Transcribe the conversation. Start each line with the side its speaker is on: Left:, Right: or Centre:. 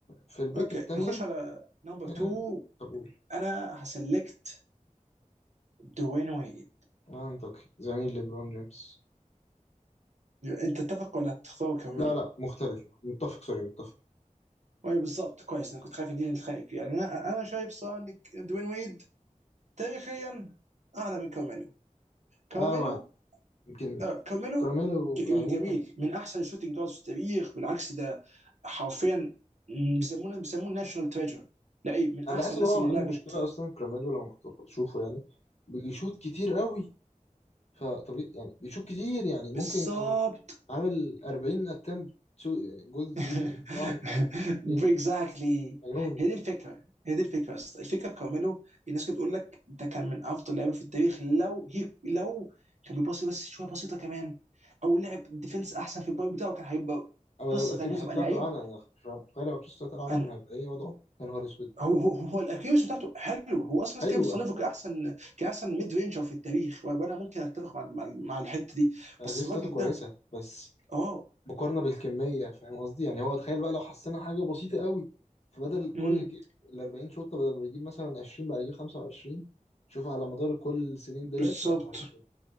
Left: في البيك
Right: اوكي
Left: التانية
Right: نخش على نمبر 2
Left: آه، اقول
Right: انا هسلكت دوين ويد
Left: منطقي زميل ليبرون جيمس
Right: انت تتفق ولا تختار كمان
Left: لا لا مختلف متفق سوري متفق
Right: ايوه بالظبط كويس انا كنت خايف دي نتخانق فيها يعني انا أنا شايف صراحه ان دوين ويد تاريخيا اعلى من كارميلو كارميلو
Left: انا معاك يمكن
Right: آه كارميلو
Left: كراميلو
Right: ج-
Left: يعني
Right: من
Left: ممكن
Right: جميل من احسن الشوتنج جاردز في التاريخ بالعكس ده حرفيا بيسمونه بيسموه ناشونال تريجر لعيب من
Left: انا
Right: احسن
Left: بحس
Right: الناس
Left: ان هو
Right: اللي
Left: عنده
Right: لعبت
Left: مشكله اصلا كراميلو لما كنت بشوفه يعني بيشوط كتير قوي فطبيعي يعني بيشوط كتير يعني ممكن
Right: بالظبط
Left: يكون عامل 40 اتمت جولد
Right: <laughs>
Left: فيلد طبعا دي
Right: اكزاكتلي
Left: مجنون
Right: هي دي الفكره هي دي الفكره يا اسطى. الفكره في كارميلو الناس كانت بتقول لك ده كان من افضل لعيبه في التاريخ لو هي لو كان بيباصي بس شويه بسيطه كمان او لعب ديفنس احسن في البوينت بتاعه كان هيبقى
Left: او
Right: قصه
Left: لو الاكيروسي
Right: ثانيه هيبقى
Left: بتاعته
Right: لعيب
Left: اعلى يعني تخيل لو الاكيروسي بتاعته اعلى
Right: أن
Left: كان هيبقى ايه وضعه يا نهار اسود
Right: هو هو, هو الاكيوس بتاعته حلو هو اصلا
Left: حلوه
Right: ناس كده بتصنفه كاحسن كاحسن ميد رينجر في التاريخ وانا ممكن اتفق مع مع, مع الحته دي
Left: الاكيروسي
Right: بس الراجل
Left: بتاعته كويسه
Right: ده
Left: بس
Right: اه
Left: مقارنة بالكمية فاهم قصدي يعني هو تخيل بقى لو حسنا حاجة بسيطة قوي فبدل كل
Right: امم
Left: جيب ال 40 شوطة بدل ما يجيب مثلا 20 بقى يجيب 25 شوف على مدار كل السنين
Right: بالظبط
Left: ديت يا نهار اسود